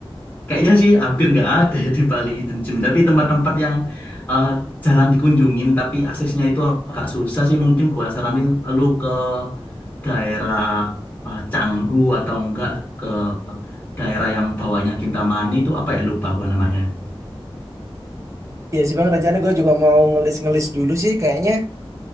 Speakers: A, on the left; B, on the right.
A: Kayaknya sih hampir nggak ada ya di Bali Hidden Gem. Tapi tempat-tempat yang eh, jarang dikunjungin, tapi aksesnya itu agak susah sih. Mungkin gua saranin lu ke daerah eh, Canggu atau enggak ke daerah yang bawahnya Kintamani itu apa ya? Lupa gua namanya.
B: Iya sih Bang, rencana gue juga mau ngelis-ngelis dulu sih. Kayaknya